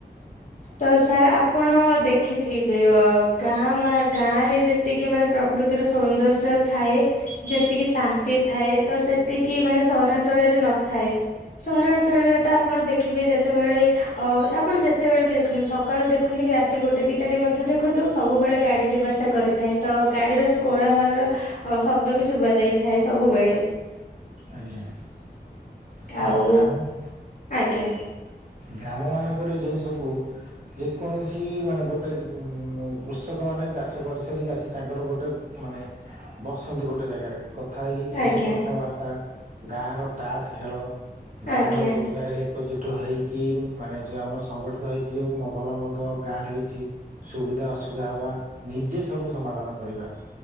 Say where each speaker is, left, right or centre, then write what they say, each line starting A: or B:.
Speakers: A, on the left; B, on the right.
A: ତ ସାର୍ ଆପଣ ଦେଖିଥିବେ ଅ ଗାଁ ମା ଗାଁରେ ଯେ ଯେତିକି ମାନେ ପ୍ରକୃତିର ସୌନ୍ଦର୍ଯ୍ୟ ଥାଏ ଯେତିକି ଶାନ୍ତି ଥାଏ ତ ସେ ତିକି ମାନେ ସହରାଞ୍ଚଳରେ ନଥାଏ ସହରାଞ୍ଚଳରେ ତ ଆପଣ ଦେଖିବେ ଯେତେବେଳେ। ଅ ଆପଣ ଯେତେବେଳେ ବି ଦେଖନ୍ତୁ ସକାଳୁ ଦେଖନ୍ତୁ କି ରାତି ଗୋଟେ ଦିଟାରେ ମଧ୍ୟ ଦେଖନ୍ତୁ ସବୁବେଳେ ଗାଡି ଯିବା ଆସିଵା କରିଥାଏ ତ ଗାଡ଼ିର ସବୁ କୋଳାହଳ। ଅ ଶବ୍ଦ ବି ଶୁବା ଯାଇଥାଏ ସବୁବେଳେ।
B: ଆଜ୍ଞା ହଁ
A: ଆଉ
B: ଗାମ
A: ଆଜ୍ଞା।
B: ଗ୍ରାମ ମାନଙ୍କରେ ଯୋଉ ସବୁ। ଯେକୌଣସି ମାନେ ଗୋଟେ କୃଷକମାନେ ଚାଷ କରିସାରିକି ଆସି ତାଙ୍କର ଗୋଟେ ମାନେ ବସନ୍ତି ଗୋଟେ ଜାଗାରେ। କଥା ହେଇକି ସେ
A: ଆଜ୍ଞା
B: ଯୋଉ କଥାବାର୍ତ୍ତା ଗାଁ ର ତାସ ଖେଳ ଗାଁ
A: ଆଜ୍ଞା
B: ର
A: ଆଜ୍ଞା
B: ଗୋଟେ ଜାଗାରେ। ଏକଜୁଟ ହୋଇ। କି ମାନେ ଯୋଉ ଆମର ସଂଗଠିତ ହେଇକି ଯୋଉ ମ ଭଲ ମନ୍ଦ ଗାଁ ରେ କିଛି ସୁବିଧା ଅ ସୁୁବିଧା ହବା ନିଜେ ସବୁ ସମାଧାନ କରିବା